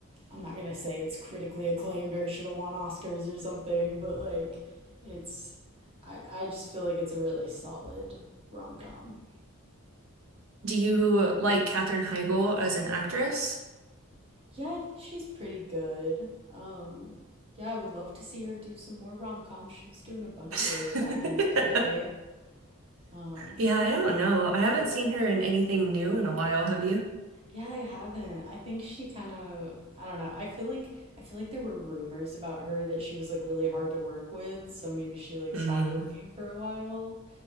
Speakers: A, on the right; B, on the right.
A: I'm not gonna say it's critically acclaimed or it should have won Oscars or something, but like it's I, I just feel like it's a really solid rom com.
B: Do you like Katherine Heigl as an actress?
A: Yeah, I think she's pretty good. Um yeah, I would love to see her do some more rom coms. She was doing a bunch
B: <laughs>
A: of those back in the day. Um
B: Yeah, I don't know. I haven't seen her in anything new in a while, have you?
A: yeah, I haven't. I think she kind of I don't know. I feel like I feel like there were rumors about her that she was like really hard to work with, so maybe she like
B: Mm,
A: stopped working for a while.